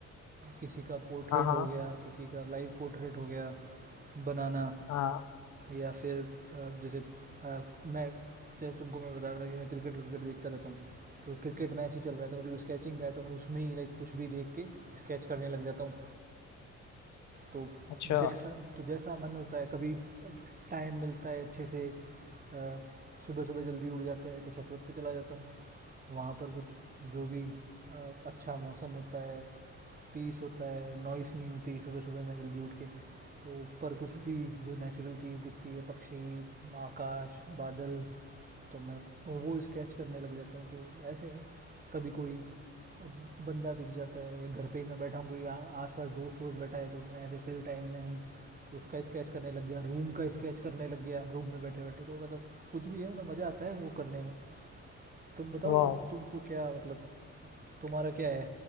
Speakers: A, on the right (about 30°); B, on the left (about 70°).
A: किसी का पोर्ट्रेट
B: हाँ, हाँ।
A: हो गया किसी का लाइव पोर्ट्रेट हो गया बनाना
B: हाँ,
A: या फिर अ, जैसे अ, मैं जैसे तुमको मैं बता रहा था कि मैं क्रिकेट विकेट देखता रहता हूँ तो क्रिकेट मैच ही चल रहा है तो मेरे को स्केचिंग का है तो मैं उसमें ही लाइक कुछ भी देख के स्केच करने लग जाता हूँ तो
B: अच्छा,
A: जैसा तो जैसा मन होता है कभी टाइम मिलता है अच्छे से अ, सुबह सुबह जल्दी उठ जाते हैं तो छतवत पे चला जाता हूँ वहाँ पर कुछ जो भी अ, अच्छा मौसम होता है पीस होता है नॉइस नहीं होती सुबह सुबह मैं जल्दी उठ के तो ऊपर कुछ भी जो नेचुरल चीज़ दिखती है पक्षी आकाश बादल तो मैं वो स्केच करने लग जाता हूँ तो ऐसे है कभी कोई बंदा दिख जाता है या घर पे ही मैं बैठा हूँ कोई आ- आसपास दोस्त वोस्त बैठा है तो मैं ऐसे फ्री टाइम में हूँ तो उसका स्केच करने लग गया रूम का स्केच करने लग गया रूम में बैठे बैठे तो मतलब कुछ भी है मतलब मज़ा आता है वो करने में तुम बताओ
B: वाओ!
A: और तुमको क्या मतलब तुम्हारा क्या है